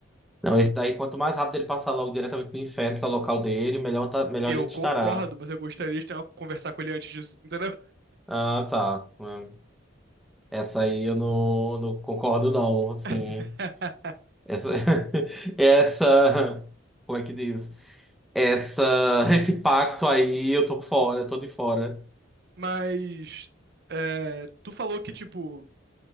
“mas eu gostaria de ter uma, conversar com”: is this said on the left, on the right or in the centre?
Right